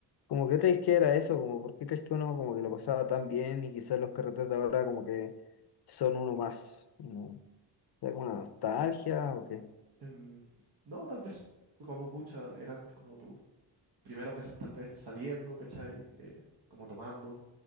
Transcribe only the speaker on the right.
Em, no, tal vez como pucha, eran como tus primeras veces tal vez saliendo, ¿cachai? Eh, como tomando,